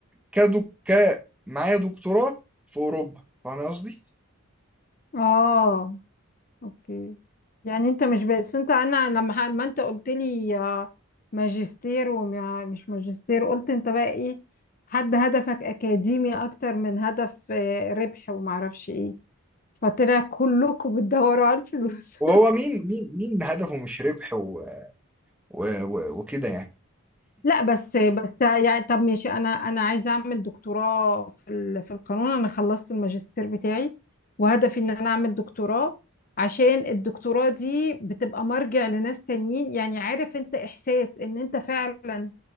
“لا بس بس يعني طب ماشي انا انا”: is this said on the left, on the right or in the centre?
Left